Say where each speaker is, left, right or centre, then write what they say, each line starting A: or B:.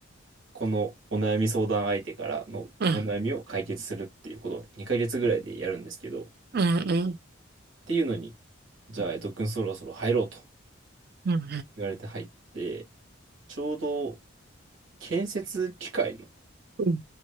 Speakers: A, on the right (about 70°); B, on the right (about 50°).
A: このお悩み相談相手からのお悩みを解決するっていうことを2ヶ月ぐらいでやるんですけど、
B: うんうん
A: っ
B: うんうん
A: ていうのに、じゃあ、江戸くんそろそろ入ろうと
B: うんう
A: 言われて入って、ちょうど建設機械の
B: んうん